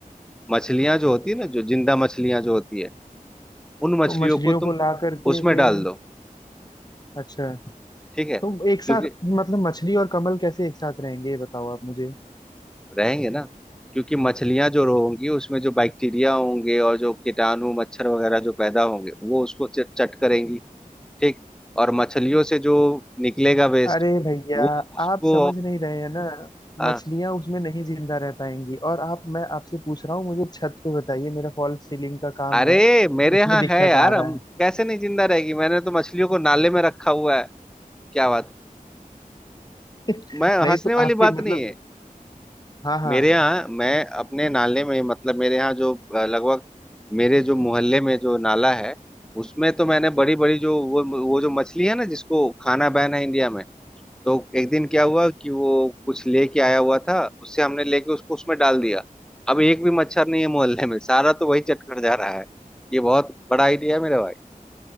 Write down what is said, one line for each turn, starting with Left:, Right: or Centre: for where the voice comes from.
Centre: मछलियां जो होती है ना जो जिंदा मछलियां जो होती है उन मछलियों
Left: तो मछलियों
Centre: को
Left: को
Centre: तुम
Left: ला करके
Centre: उसमें
Left: फिर
Centre: डाल दो
Left: अच्छा
Centre: ठीक है
Left: तो एक साथ
Centre: क्योंकि
Left: मतलब मछली और कमल कैसे एक साथ रहेंगे ये बताओ आप मुझे
Centre: रहेंगे ना क्योंकि मछलियां जो होंगी उसमें जो बैक्टीरिया होंगे और जो कीटाणु मच्छर वगैरह जो पैदा होंगे वो उसको च- चट करेंगी ठीक और मछलियों से जो निकलेगा वेस्ट
Left: अरे भैया
Centre: वो उसको
Left: आप समझ नहीं रहे हैं ना
Centre: आ,
Left: मछलियां उसमें नहीं जिंदा रह पाएंगी और आप मैं आपसे पूछ रहा हूँ मुझे छत पे बताइए मेरा फॉल्स सीलिंग का काम
Centre: अरे
Left: है
Centre: मेरे
Left: उसमें
Centre: यहाँ
Left: दिक्कत
Centre: है यार
Left: आ रहा
Centre: हम
Left: है
Centre: कैसे नहीं जिंदा रहेगी मैंने तो मछलियों को नाले में रखा हुआ है क्या बात
Left: <laughs>
Centre: मैं
Left: नहीं
Centre: हंसने
Left: तो
Centre: वाली
Left: आपके
Centre: बात
Left: मतलब
Centre: नहीं है
Left: हाँ हाँ
Centre: मेरे यहाँ मैं अपने नाले में मतलब मेरे यहाँ जो अ, लगभग मेरे जो मोहल्ले में जो नाला है उसमें तो मैंने बड़ी बड़ी जो वो वो जो मछली है ना जिसको खाना बैन है इंडिया में तो एक दिन क्या हुआ कि वो कुछ लेके आया हुआ था उससे हमने लेके उसको उसमें डाल दिया अब एक भी मच्छर नहीं है मोहल्ले में सारा तो वही चटकर जा रहा है ये बहुत बड़ा आइडिया है मेरा भाई